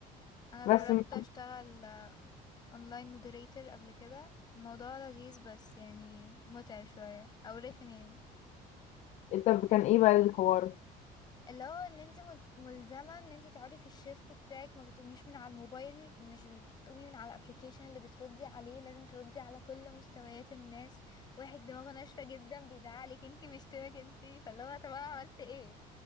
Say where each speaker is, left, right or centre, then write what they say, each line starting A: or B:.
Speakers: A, on the left; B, on the left.
A: انا
B: بس
A: جربت
B: م-
A: اشتغل اونلاين مودريتور قبل كده الموضوع لذيذ بس يعني متعب شوية او رخم يعني
B: طب كان ايه بقى الحوار
A: اللي هو اللي انت مل- ملزمة ان انت تقعدي في الشيفت بتاعك ما بتقوميش من على الموبايل مش بتقومي من على الابليكيشن اللي بتردي عليه لازم تردي على كل مستويات الناس واحد دماغه ناشفة جدا بيزعلك انت بيشتمك انت فاللي هو طب انا عملت ايه